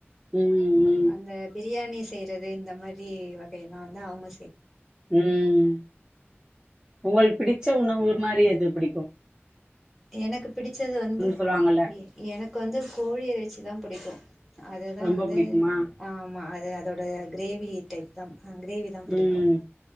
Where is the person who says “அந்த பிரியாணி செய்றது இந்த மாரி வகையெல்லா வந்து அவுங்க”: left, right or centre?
Centre